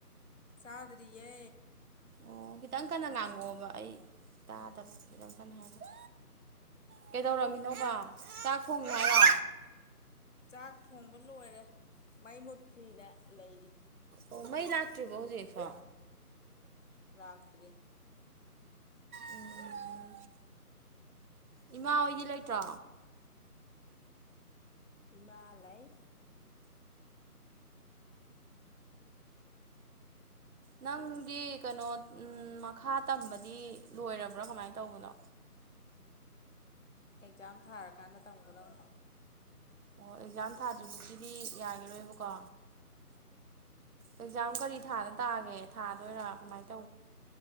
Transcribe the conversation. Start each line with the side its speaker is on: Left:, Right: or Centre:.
Left: ꯆꯥꯗꯔꯤꯌꯦ
Right: ꯑꯣ ꯈꯤꯇꯪ ꯀꯟꯅ ꯉꯥꯡꯉꯣꯕ ꯑꯩ ꯇꯥꯗꯕ ꯈꯤꯇꯪ ꯀꯟꯅ ꯍꯥꯏꯕ ꯀꯩꯗꯧꯔꯝꯃꯤꯅꯣꯕ ꯆꯥꯛ ꯊꯣꯡꯒꯦ ꯍꯥꯏꯔꯣ
Left: ꯆꯥꯛ ꯊꯣꯡꯕ ꯂꯣꯏꯔꯦ ꯃꯩ ꯃꯨꯠꯈ꯭ꯔꯤꯅ ꯂꯩꯔꯤ
Right: ꯑꯣ ꯃꯩ ꯂꯥꯛꯇ꯭ꯔꯤꯕꯣ ꯍꯧꯖꯤꯛꯁꯨ
Left: ꯂꯥꯛꯇ꯭ꯔꯤ
Right: ꯎꯝ ꯏꯃꯥ ꯍꯣꯏꯗꯤ ꯂꯩꯇ꯭ꯔꯣ
Left: ꯏꯃꯥ ꯂꯩ
Right: ꯅꯪꯗꯤ ꯀꯩꯅꯣ ꯃꯈꯥ ꯇꯝꯕꯗꯤ ꯂꯣꯏꯔꯕ꯭ꯔꯥ ꯀꯃꯥꯏꯅ ꯇꯧꯕꯅꯣ
Left: ꯑꯦꯛꯖꯥꯝ ꯊꯥꯔꯀꯥꯟꯗ ꯇꯝꯒꯗꯕꯅꯤ
Right: ꯑꯣ ꯑꯦꯛꯖꯥꯝ ꯊꯥꯗ꯭ꯔꯤꯕꯥꯎꯒꯤꯗꯤ ꯌꯥꯈꯤꯔꯣꯏꯕꯀꯣ ꯑꯦꯛꯖꯥꯝ ꯀꯔꯤ ꯊꯥꯗ ꯇꯥꯒꯦ